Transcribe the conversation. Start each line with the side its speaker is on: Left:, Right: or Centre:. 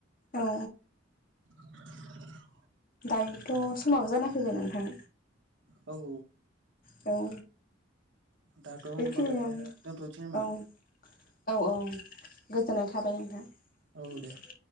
Left: औ
Right: <unintelligible>
Left: दायोथ' समाबो जाना फैबाय नोंथां
Right: औ
Left: औ
Right: दाथ'
Left: बेखिनियावनो
Right: होमबालाय दोनथनोसै नामा?
Left: औ औ औ गोजोननाय थाबाय नोंथां
Right: औ दे